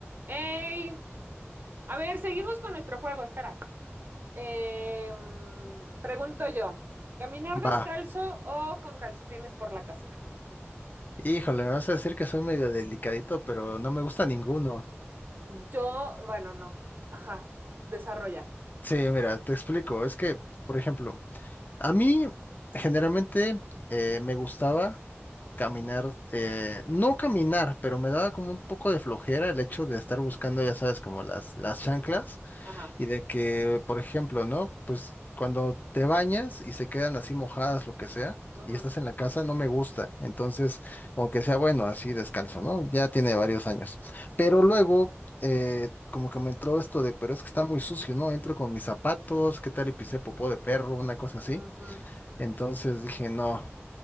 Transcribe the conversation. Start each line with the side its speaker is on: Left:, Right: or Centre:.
Right: Ey, a ver, seguimos con nuestro juego, espera. Eh, mm, pregunto yo, ¿caminar
Left: Va.
Right: descalzo o con calcetines por la casa?
Left: Híjole, me vas a decir que soy medio delicadito, pero no me gusta ninguno.
Right: Yo, bueno, no. Ajá, desarrolla.
Left: Sí, mira, te explico. Es que, por ejemplo, a mí generalmente eh, me gustaba caminar, eh, no caminar, pero me daba como un poco de flojera el hecho de estar buscando, ya sabes, como las, las chanclas.
Right: Ajá.
Left: Y de que, por ejemplo, ¿no? Pues cuando te bañas y se quedan así mojadas, lo que sea,
Right: Ujú,
Left: y estás en la casa, no me gusta. Entonces, aunque sea bueno, así descalzo, ¿no? Ya tiene varios años. Pero luego, eh, como que me entró esto de, pero es que está muy sucio, ¿no? Entro con mis zapatos, ¿qué tal? Y pisé popó de perro, una cosa así.
Right: ujú,
Left: Entonces dije, no,